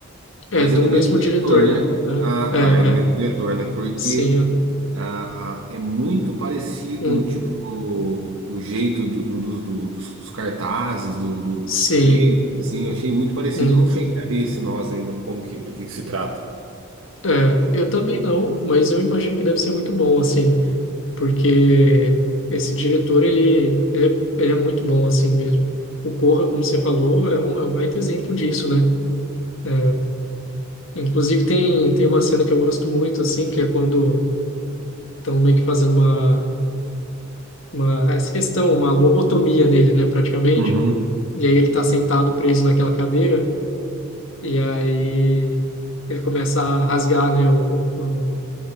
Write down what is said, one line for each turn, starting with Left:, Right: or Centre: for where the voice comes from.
Left: É
Right: Mas
Left: do
Right: é do
Left: mesmo
Right: mesmo diretor,
Left: diretor,
Right: né?
Left: né? Aham.
Right: Ah,
Left: É,
Right: tá. É do mesmo
Left: é.
Right: diretor, né? Porque.
Left: Sim. eu-
Right: a- a- é muito parecido,
Left: Hum.
Right: tipo, o, o jeito do, do- dos, do- dos- dos cartazes, do- do- dos
Left: Sim.
Right: treinos, assim, eu achei muito parecido.
Left: Hum.
Right: Eu não cheguei a ver esse nós ainda, como que, do que, que se trata.
Left: É. Eu também não, mas eu imagino que deve ser muito bom, assim. porque esse diretor, ele, ele, ele é muito bom assim mesmo. O Corra, como você falou, é um, é um baita exemplo disso, né? É, Inclusive tem, tem uma cena que eu gosto muito, assim, que é quando estão meio que fazendo uma, uma, essa questão, uma lobotomia nele, né, praticamente.
Right: Uhum,
Left: E aí ele tá sentado preso naquela cadeira, e aí ele começa a rasgar, né, o, o,